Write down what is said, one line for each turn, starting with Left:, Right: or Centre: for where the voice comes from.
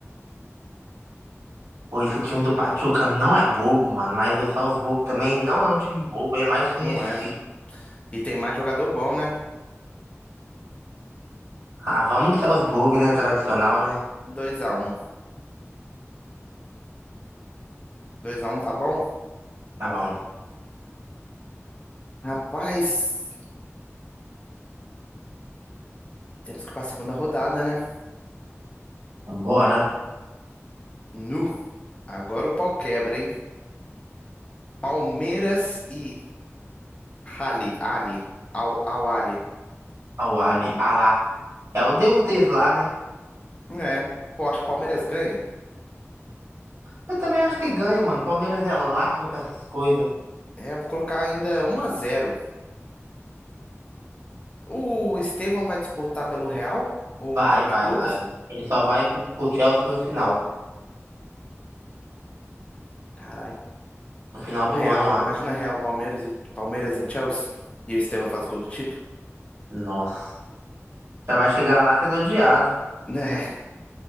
Right: Pô, esse time do Pachuca não é bobo, mano. Mas o Salzburgo também não é um time bobo, é mais conhecido.
Left: Não é. E tem mais jogador bom, né?
Right: Ah, vamos de Salzburgo, né? Tradicional, né?
Left: Dois a um, dois a um, tá bom?
Right: Tá bom.
Left: Rapaz, temos que ir pra segunda rodada, né?
Right: Vambora.
Left: Nu. Agora o pau quebra, hein? Palmeiras e Ali. Ali. Al, Al Ali.
Right: Ao Ali. Alá. É o deus deles lá, né?
Left: É, pô, acho que o Palmeiras ganha.
Right: Eu também acho que ganha, mano. O Palmeiras é largo pra essas coisas.
Left: É, vou colocar ainda um a zero. O Estevão vai disputar pelo Real? O Mundial
Right: Vai,
Left: de
Right: vai,
Left: Clubes?
Right: vai. Ele só vai pro, pro Chelsea no final.
Left: Caralho.
Right: No final
Left: O
Right: do
Left: Real,
Right: ano, eu acho.
Left: imagina Real, Palmeiras e, Palmeiras e Chelsea, e o Estevão faz gol do título.
Right: Nossa. Já vai chegar lá sendo odiado.
Left: Né?